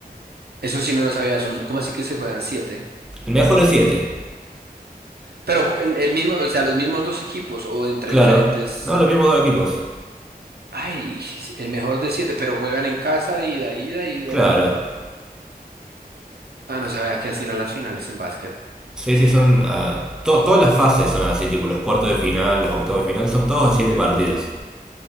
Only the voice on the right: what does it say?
Eso sí no lo sabía. son- ¿Cómo así que se juegan siete?
Pero el, el mismo, o sea, los mismos dos equipos o entre
diferentes.
Ay, el mejor de siete, pero juegan en casa, ida, ida, ida
y vuelta. Ah, no sabía que así eran las finales en básquet.